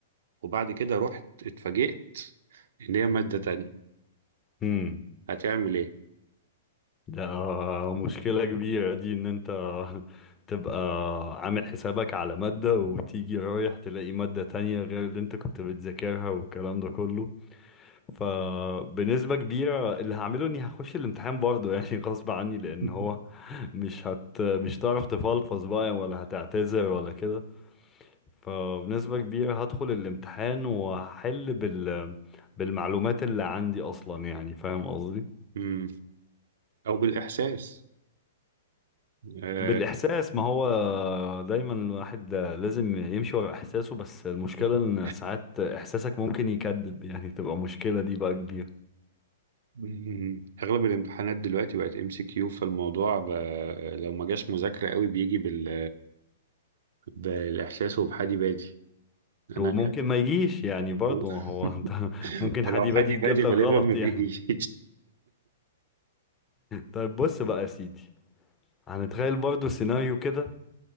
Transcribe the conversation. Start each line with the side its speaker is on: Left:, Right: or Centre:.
Right: وبعد كده رحت اتفاجئت ان هي مادة تانية
Left: امم
Right: هتعمل ايه
Left: ده مشكلة كبيرة دي ان انت <laughs> تبقى عامل حسابك على مادة وتيجي رايح تلاقي مادة تانية غير اللي انت كنت بتذاكرها والكلام ده كله فبنسبة كبيرة اللي هعمله اني هخش الامتحان برضه <laughs> يعني غصب عني لان
Right: <laughs>
Left: هو مش هت مش هتعرف تفلفظ بقى ولا هتعتذر ولا كده فبنسبة كبيرة هدخل الامتحان وهحل بال بالمعلومات اللي عندي اصلا يعني فاهم قصدي
Right: مم. او بالاحساس آه،
Left: بالإحساس ما هو دايما الواحد لازم يمشي ورا إحساسه بس المشكلة
Right: <laughs>
Left: إن ساعات إحساسك ممكن يكذب يعني تبقى مشكلة دي بقى كبيرة
Right: مم. اغلب الامتحانات دلوقتي بقت ام سي كيو فالموضوع ب... لو ما جاش مذاكرة قوي بيجي بال... بالاحساس وبحادي بادي انا
Left: وممكن ما يجيش يعني برضه
Right: <laughs>
Left: ما هو <laughs> أنت ممكن
Right: ولو
Left: حد يبادي
Right: حد يبادي
Left: يتجاب لك
Right: غالبا
Left: غلط
Right: ما بيجيش
Left: يعني طيب بص بقى يا سيدي هنتخيل برضه سيناريو كده